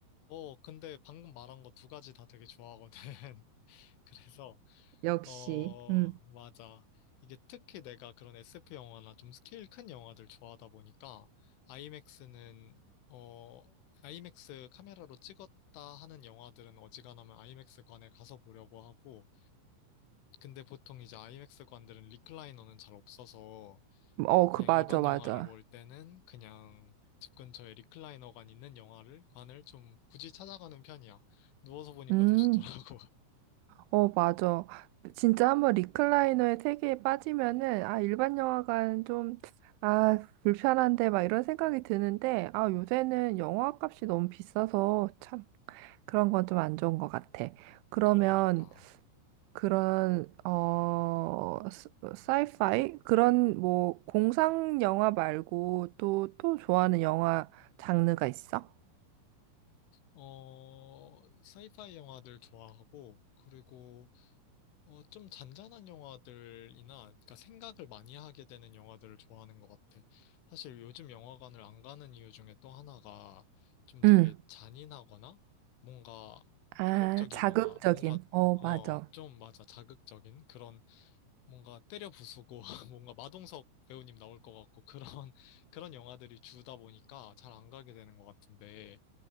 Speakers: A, on the left (about 70°); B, on the right (about 85°).
A: 어, 근데 방금 말한 거 두 가지 다 되게 좋아하거든. <laughs> 그래서
B: 역시.
A: 어,
B: 음.
A: 맞아. 이게 특히 내가 그런 SF 영화나 좀 스케일 큰 영화들 좋아하다 보니까 아이맥스는 어, 아이맥스 카메라로 찍었다 하는 영화들은 어지간하면 아이맥스관에 가서 보려고 하고 근데 보통 이제 아이맥스관들은 리클라이너는 잘 없어서
B: 어,
A: 그냥
B: 그 맞아,
A: 일반
B: 맞아.
A: 영화를 볼 때는 그냥 집 근처에 리클라이너관 있는 영화를 관을 좀 굳이 찾아가는 편이야. 누워서 보니까
B: 음.
A: 더 좋더라고. <laughs>
B: 어, 맞아. 진짜 한번 리클라이너의 세계에 빠지면은, 아, 일반 영화관 좀, 아, 불편한데, 막 이런 생각이 드는데, 아, 요새는 영화 값이 너무 비싸서 참 그런 건 좀 안 좋은 것 같아. 그러면
A: 그러니까.
B: 그런, 어, 스- 사이파이? 그런 뭐, 공상 영화 말고 또, 또 좋아하는 영화 장르가 있어?
A: 어, 사이파이 영화들 좋아하고, 그리고, 어, 좀 잔잔한 영화들이나, 그러니까 생각을 많이 하게 되는 영화들을 좋아하는 것 같아. 사실 요즘 영화관을 안 가는 이유 중에 또 하나가 좀
B: 응.
A: 되게 잔인하거나, 뭔가
B: 아,
A: 폭력적이거나,
B: 자극적인.
A: 뭔가,
B: 어,
A: 어,
B: 맞아.
A: 좀 맞아, 자극적인 그런, 뭔가 때려 부수고, <laughs> 뭔가 마동석 배우님 나올 것 같고, 그런, <laughs> 그런 영화들이 주다 보니까 잘 안 가게 되는 것 같은데,